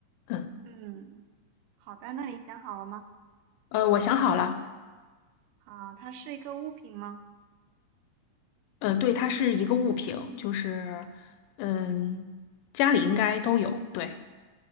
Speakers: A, on the left (about 85°); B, on the right (about 90°).
A: 嗯，
B: 嗯，好的，那你想好了吗？
A: 呃，我想好了。
B: 啊，它是一个物品吗？
A: 呃，对，它是一个物品，就是嗯，家里应该都有。对，